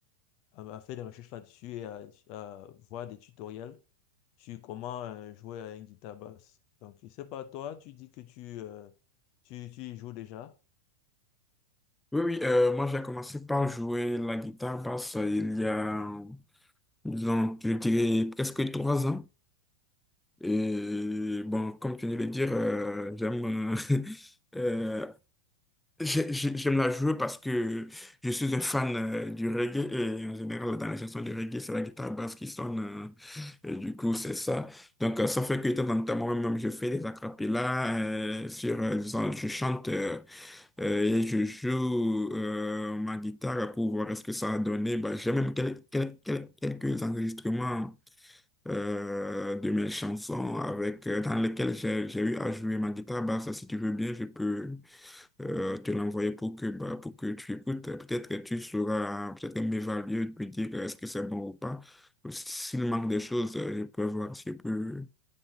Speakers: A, on the left; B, in the centre.
A: à, à faire des recherches là-dessus et à, à voir des tutoriels sur comment euh, jouer à une guitare basse. Donc, je sais pas, toi, tu dis que tu, euh, tu, tu y joues déjà.
B: Oui, oui, euh, moi j'ai commencé par jouer la guitare basse euh, il y a, disons, je dirais presque trois ans. Et bon, comme tu viens de le dire, euh, j'aime euh, <laughs> euh, j'ai- j'ai- j'aime la jouer parce que je suis un fan euh, du reggae et en général, dans les chansons de reggae, c'est la guitare basse qui sonne. euh, et du coup, c'est ça. Donc, euh, ça fait que de temps en temps, moi-même, je fais des acapellas euh, sur, euh, disons, je chante euh, euh, et je joue euh, ma guitare pour voir ce que ça a donné. Bah, j'ai même quel- quel- quel- quelques enregistrements euh, de mes chansons avec, euh, dans lesquelles j'ai, j'ai eu à jouer ma guitare basse. Si tu veux bien, je peux euh, te l'envoyer pour que, bah, pour que tu écoutes. Peut-être que tu sauras peut-être m'évaluer, me dire euh, est-ce que c'est bon ou pas. S'il manque des choses, euh, je peux voir si je peux